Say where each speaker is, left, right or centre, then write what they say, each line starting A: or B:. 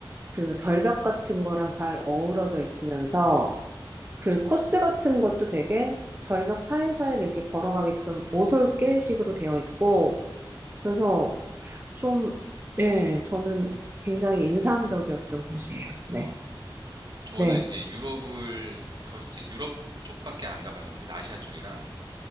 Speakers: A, on the right (about 25°); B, on the right (about 55°).
A: 그 절벽 같은 거랑 잘 어우러져 있으면서 그 코스 같은 것도 되게 절벽 사이사이를 이렇게 걸어가게끔 오솔길식으로 되어 있고, 그래서 좀, 예, 저는 굉장히 인상적이었던 곳이에요. 네.
B: 어, 저는
A: 네.
B: 이제 유럽을 거의 이제 유럽 쪽밖에 안 가봤는데 아시아 쪽이랑